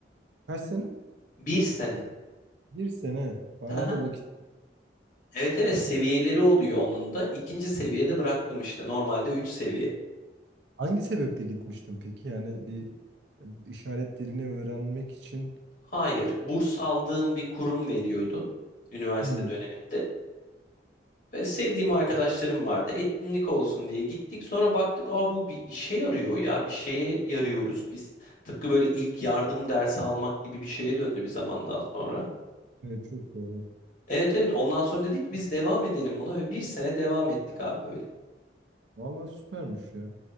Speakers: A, on the right; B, on the left.
A: kaç sene?
B: Bir sene.
A: Bir sene. Bayağı
B: Aha.
A: da vakit.
B: Evet evet seviyeleri oluyor onun da. İkinci seviyede bıraktım işte normalde 3 seviye.
A: Hangi sebeple gitmiştin peki? Yani bir hani işaret dilini öğrenmek için.
B: Hayır, burs aldığım bir kurum veriyordu üniversite
A: Hmm,
B: döneminde. Ve sevdiğim arkadaşlarım vardı. Etkinlik olsun diye gittik. Sonra baktık, aa bu bir işe yarıyor ya. Bir şeye yarıyoruz biz. Tıpkı böyle ilk yardım dersi almak gibi bir şeye döndü bir zamandan sonra.
A: evet çok doğru.
B: Evet evet ondan sonra dedik ki biz devam edelim buna ve bir sene devam ettik abi böyle.
A: Vallahi süpermiş ya.